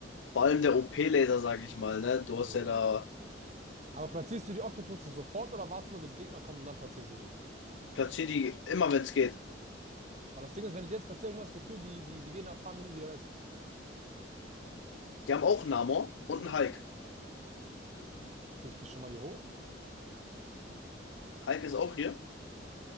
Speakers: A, on the left (about 85°); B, on the right (about 40°).
A: vor allem der OP-Laser, sage ich mal, ne? Du
B: Ja.
A: hast ja da
B: Aber platzierst du die Oktopusse sofort oder wartest du mal, bis Gegner kommt und dann platzierst du die?
A: platziert die immer, wenn es geht.
B: Weil das Ding ist, wenn ich die jetzt platziere, habe ich immer das Gefühl, die, die, die gehen nach ein paar Minuten wieder weg.
A: Die haben auch einen Namor und einen Hulk.
B: Okay, ich gehe schon mal hier hoch.
A: Hulk ist auch hier.